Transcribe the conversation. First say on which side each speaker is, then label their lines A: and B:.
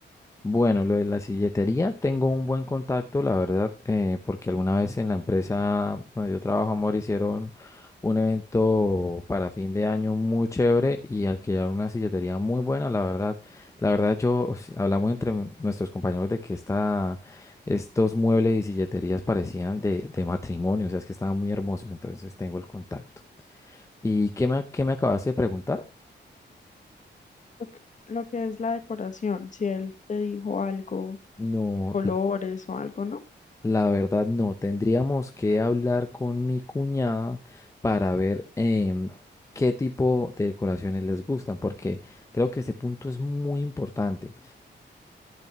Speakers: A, on the left; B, on the left.
A: Bueno, lo de la silletería, tengo un buen contacto, la verdad, eh, porque alguna vez en la empresa donde yo trabajo, Amor, hicieron un evento para fin de año muy chévere y alquilaron una silletería muy buena, la verdad. La verdad, yo pues, hablamos entre m- nuestros compañeros de que esta, estos muebles y silleterías parecían de, de matrimonio, o sea, es que estaban muy hermosos, entonces tengo el contacto. ¿Y qué me, qué me acabaste de preguntar?
B: lo que, lo que es la decoración. Si él te dijo algo,
A: No.
B: colores o algo, ¿no?
A: La verdad no, tendríamos que hablar con mi cuñada para ver em, qué tipo de decoraciones les gustan, porque creo que ese punto es muy importante.